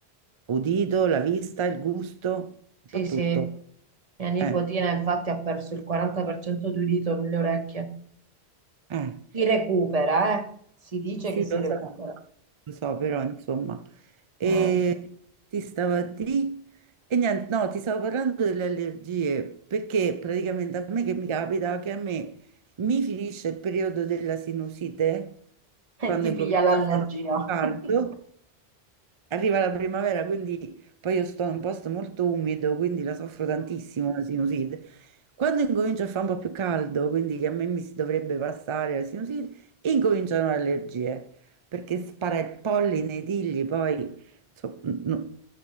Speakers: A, on the right; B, on the right.
A: Udito, la vista, il gusto, un
B: Sì,
A: po' tutto.
B: sì. Mia nipotina
A: Eh,
B: infatti ha perso il 40% di udito nelle orecchie.
A: eh.
B: Si recupera, eh? Si dice
A: Sì,
B: che si
A: lo
B: recupera.
A: so, lo so, però insomma, e
B: Eh, lo so.
A: ti stavo a di e niente, no, ti stavo parlando delle allergie perché praticamente a me che mi capita che a me mi finisce il periodo della sinusite
B: <laughs>
A: quando
B: E ti
A: incomincia
B: piglia l'allergia.
A: a fare caldo
B: <laughs>
A: Arriva la primavera, quindi poi io sto in un posto molto umido, quindi la soffro tantissimo
B: Mm.
A: la sinusite. Quando incomincia a fare un po' più caldo, quindi che a me mi si dovrebbe passare la sinusite, incominciano le allergie, perché spara il polline, i tigli, poi insomma, no.